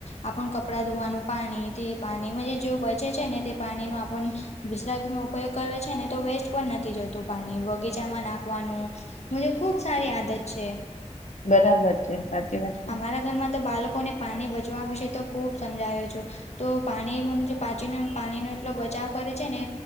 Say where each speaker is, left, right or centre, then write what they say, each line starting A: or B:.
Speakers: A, on the left (about 65°); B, on the left (about 85°).
A: આપ કપડાં ધોવાનું પાણી તે પાણી જે બચે છે ને તે પાણી ન આપણ. વિશ્રાગનો ઉપયોગ કર છે ને તો વેસ્ટ પણ નથી જતું પાણી બગીચામાં નાખવાનું. મુજ ખુબ સારી આદત છે
B: બરાબર છે સાચી વાત છે.
A: અમારા ઘરમાં તો બાળકોને. પાણી બચવા વિશે તો ખૂબ સમજાયો છો તો પાણી જે પાચીનો પાણીનો. એટલો બચાવ કરે છે ને.